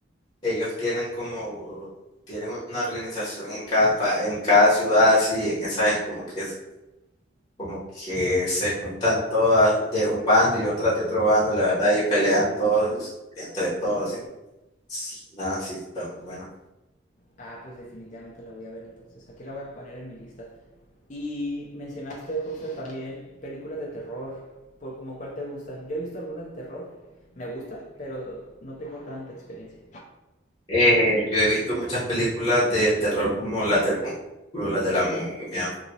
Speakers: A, on the left (about 25°); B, on the left (about 40°).
A: ellos tienen como, tienen una organización en cada,
B: Ujú,
A: pa- en cada ciudad así, en esa es como que, es- como que se juntan todas de un bando y otras de otro bando, la verdad, y pelean todos entre todos.
B: Ok.
A: Y, sí, nada, sí, está muy buena.
B: Ah, pues definitivamente la voy a ver entonces. Aquí la voy a poner en mi lista. Y mencionaste, José, también películas de terror. ¿Por como cuál te gustan? Yo he visto algunas de terror. Me gusta, pero no tengo tanta experiencia.
A: Eh, yo he visto muchas películas de terror como las del Conjuro, las de la momia.